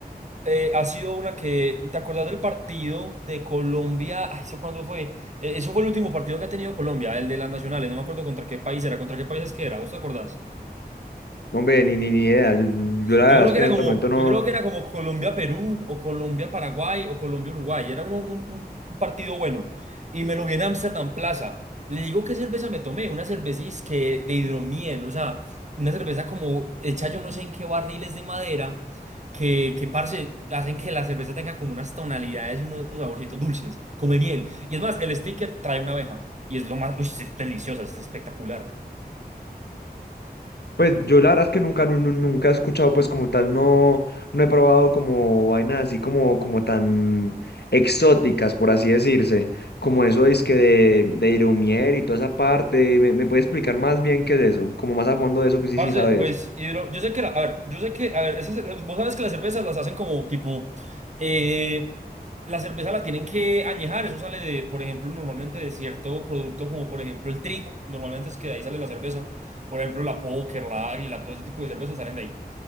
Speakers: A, on the right (about 45°); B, on the left (about 80°).
A: eh, ha sido una que, ¿te acordás del partido de Colombia? Ay, ¿eso cuándo fue? Eh, eso fue el último partido que ha tenido Colombia, el de las nacionales. No me acuerdo contra qué país era, contra qué países que era. ¿Vos te acordás?
B: No, Hombre, ni, ni, ni idea. Yo, yo la
A: Yo
B: verdad
A: creo
B: es
A: que
B: que
A: era
B: en
A: como,
B: este momento no,
A: yo creo que era como Colombia-Perú o Colombia-Paraguay o Colombia-Uruguay. Era un, un- un partido bueno. Y me lo vi en Amsterdam Plaza. Le digo qué cerveza me tomé, una cerveza que de hidromiel, o sea, una cerveza como hecha yo no sé en qué barriles de madera, que, que parce, hacen que la cerveza tenga como unas tonalidades y unos saborcitos dulces, como de miel. Y es más, el sticker trae una abeja. Y es lo más, uy, es deliciosa, es espectacular.
B: Pues yo la verdad es que nunca, nu- nu- nunca he escuchado, pues como tal, no, no he probado como vainas así como, como tan exóticas, por así decirse, como eso es que de, de Irumier y toda esa parte. ¿Me, me puedes explicar más bien qué es eso? Como más a fondo de eso que sí,
A: Parce,
B: sí sabes.
A: pues hidro, yo sé que la, a ver, yo sé que, a ver, esas- vos sabes que las cervezas las hacen como tipo, eh, la cerveza la tienen que añejar, eso sale de, por ejemplo, normalmente de cierto producto como por ejemplo el trigo, normalmente es que de ahí sale la cerveza, por ejemplo la Póker, la Águila, todo ese tipo de cervezas salen de ahí.